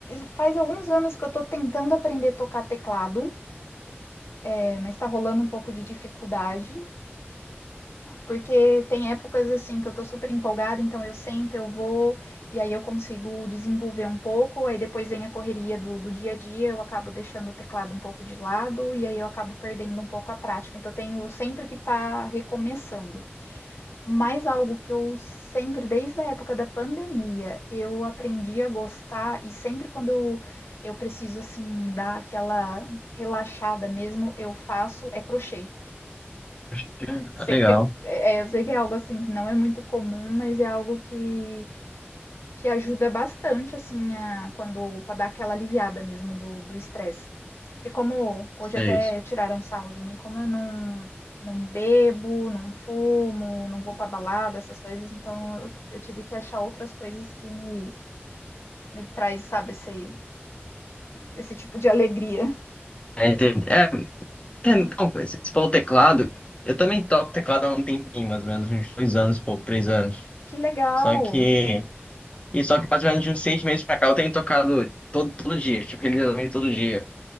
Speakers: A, on the left (about 75°); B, on the left (about 30°).
A: faz alguns anos que eu tô tentando aprender a tocar teclado, é, mas tá rolando um pouco de dificuldade. Porque tem épocas assim que eu tô super empolgada, então eu sento, eu vou, e aí eu consigo desenvolver um pouco, aí depois vem a correria do, do dia a dia, eu acabo deixando o teclado um pouco de lado, e aí eu acabo perdendo um pouco a prática. Então eu tenho sempre que tá recomeçando. Mas algo que eu sempre, desde a época da pandemia, eu aprendi a gostar e sempre quando eu, eu preciso assim dar aquela relaxada mesmo, eu faço é crochê.
B: Acho que é
A: Sei
B: Legal.
A: que é, é, eu sei que é algo assim que não é muito comum, mas é algo que que ajuda bastante, assim, a, quando para dar aquela aliviada mesmo do do estresse. Porque como hoje
B: É
A: até
B: isso.
A: tiraram sarro de mim, como eu não não bebo, não fumo, não vou pra balada, essas coisas, então eu, eu tive que achar outras coisas que me me traz, sabe, esse esse tipo de alegria.
B: É, entendi. É, tem- então, se se for o teclado, eu também toco teclado há um tempinho, mais ou menos, uns dois anos, pouco, três anos.
A: Que legal.
B: Só que. E só que mais ou menos de uns seis meses pra cá eu tenho tocado todo, todo dia, tipo, religiosamente todo dia.